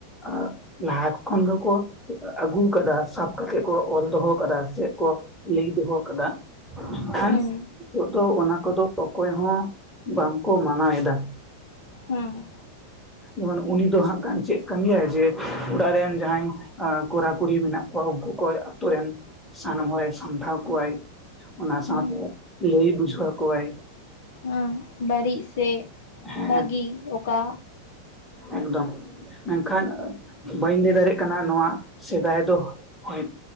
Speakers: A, in the centre; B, on the left.
A: ᱟᱜ ᱞᱟᱦᱟ ᱠᱷᱚᱱ ᱜᱮ ᱠᱚ ᱟᱹᱜᱩ ᱠᱟᱫᱟ ᱥᱟᱵ ᱠᱟᱛᱮᱜ ᱠᱚ ᱚᱞ ᱫᱚᱦᱚ ᱠᱟᱫᱟ ᱥᱮ ᱠᱚ ᱞᱟᱹᱭ ᱫᱚᱦᱚ ᱠᱟᱫᱟ᱾ ᱠᱷᱟᱱᱪ
B: ᱦᱩᱸ
A: ᱱᱤᱛᱚᱜ ᱫᱚ ᱚᱱᱟ ᱠᱚᱫᱚ ᱚᱠᱚᱭ ᱦᱚᱸ ᱵᱟᱝᱠᱚ ᱢᱟᱱᱟᱣ ᱮᱫᱟ᱾
B: ᱦᱮᱸ᱾
A: ᱡᱮᱢᱚᱱ ᱩᱱᱤ ᱫᱚ ᱦᱟᱸᱜ ᱠᱟᱱ ᱪᱮᱜ ᱠᱟᱹᱢᱤ ᱭᱟᱭ ᱡᱮ ᱚᱲᱟᱜ ᱨᱮᱱ ᱡᱟᱦᱟᱸᱭ ᱟᱸ ᱠᱚᱲᱟ ᱠᱩᱲᱤ ᱢᱮᱱᱟᱜ ᱠᱚᱣᱟ ᱩᱱᱠᱩ ᱠᱚᱭ ᱟᱛᱩ ᱨᱮᱱ ᱥᱟᱱᱟᱢ ᱦᱚᱲᱮ ᱥᱟᱢᱴᱷᱟᱣ ᱠᱚᱣᱟᱭ᱾ ᱚᱱᱟ
B: ᱦᱩᱸ
A: ᱥᱟᱳᱛᱮ ᱞᱟᱭ ᱵᱩᱡᱷᱟᱹᱣ ᱟᱠᱚ ᱟᱭ᱾
B: ᱚᱸᱻ ᱵᱟᱹᱲᱤᱡ ᱥᱮ
A: ᱦᱮᱸ
B: ᱵᱷᱟᱜᱤ ᱚᱠᱟ
A: ᱮᱠᱫᱚᱢ ᱢᱮᱱ ᱠᱷᱟᱱ ᱵᱟᱹᱧ ᱞᱟᱹᱭ ᱫᱟᱲᱮ ᱠᱟᱱᱟ ᱱᱚᱣᱟ ᱥᱮᱫᱟᱭ ᱫᱚ ᱦᱳᱭ